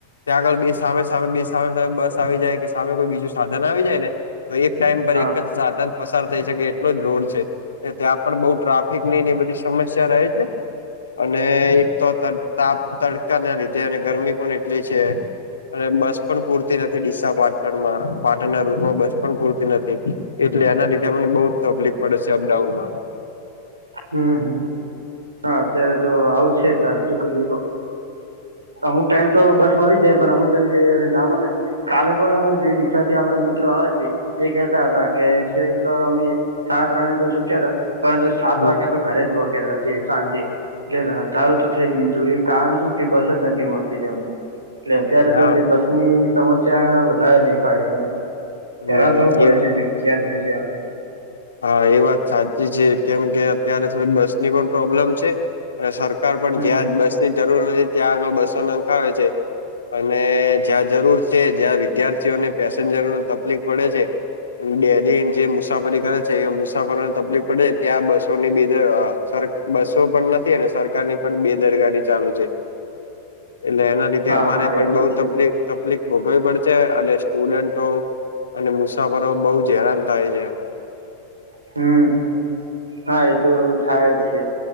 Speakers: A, on the left; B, on the right.
A: ત્યાં આગળ બે સામે સામે બે સામે સામે બસ આવી જાય કે સામે કોઈ બીજું સાધન આવી જાય ને. તો એક ટાઈમ પર
B: હા.
A: એક જ સાધન પસાર થઈ શકે એટલો જ રોડ છે ત્યાં પણ બઉ ટ્રાફિકની ને એ બધી સમસ્યા રહે છે. અને એક તો તડ-તાપ તડકાના લીધે અને ગરમી પણ એટલી છે. અને બસ પણ પૂરતી નથી ડીસા પાટણમાં પાટણના રૂટમાં બસ પણ પૂરતી નથી. એટલે એના લીધે અમને બઉ જ તપલીફ પડે છે અપડાઉનમાં.
B: હમ્મ હમ્મ હા અત્યારે તો આવું છે તાર શું કરીએ કો. અમુક ટાઈમ તો બસ મળી જાય પણ અમુક ટાઈમ જે ના મલેન. કાલે પણ જે ડીસાથી આપડા મિત્રો આવે છે. એ કહેતા હતા કે છેક અમી સાડા ત્રણે તો છૂટ્યા હતા પરંતુ સાત
A: હમ
B: વાગે તો. ઘરે જ પોંક્યા હતા તે સાંજે એટલે રંધારું તો થઈ ગયું તું એ કારણ શું કે બસ જ નથી મળતી તેમને એટલે અત્યારે
A: હા
B: તો જે બસ ની સમસ્યા વધારે દેખાય છે એમ
A: હમ
B: હેરાન થવું પડે
A: એ
B: છે. ક્યારથી છે એમને.
A: હા એ વાત સાચી છે કેમ કે અત્યારે થોડી બસની પણ પ્રોબ્લેમ છે. અને સરકાર પણ
B: હમ
A: જ્યાં બસની જરૂર નથી ત્યાં આગળ બસો નંખાવે છે. અને જ્યાં જરૂર છે જ્યાં વિદ્યાર્થીઓને પેસેન્જરોને તપલીફ પડે છે. ન ડેઈલી જે મુસાફરી કરે છે એ મુસાફરોને તપલીફ પડે ત્યાં બસોની બેદર અ સર બસો પણ નથ થે ને સરકાર ની પણ બે દરગાારી ચાલુ છે.
B: <inaudible>
A: એટલે એના લીધે
B: હા
A: અમારે
B: હા
A: પણ
B: એ તો
A: બઉ
B: છે
A: તપલિક તપલીફ ભોગવી પડે છે અને સ્ટુડન્ટો અને મુસાફરો બઉ જ હેરાન થાય છે.
B: હમ્મ હા એતો થાય જ છે.